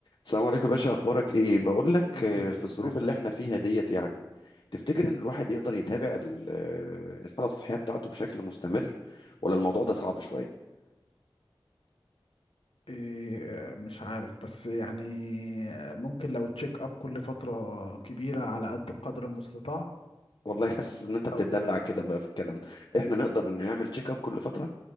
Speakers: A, on the left; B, on the left.
A: السلام عليكم يا باشا اخبارك ايه بقول لك
B: عليكم
A: آه،
B: السلام
A: في الظروف اللي احنا فيها ديت يعني تفتكر ان الواحد يقدر يتابع ال- آه، الحاله الصحيه بتاعته بشكل مستمر ولا الموضوع ده صعب شويه
B: إيه مش عارف بس يعني ممكن لو تشيك اب كل فترة كبيرة على قد القدر المستطاع
A: والله حاسس ان انت بتتدلع
B: او
A: كده بقى في الكلام ده احنا نقدر نعمل تشيك اب كل فتره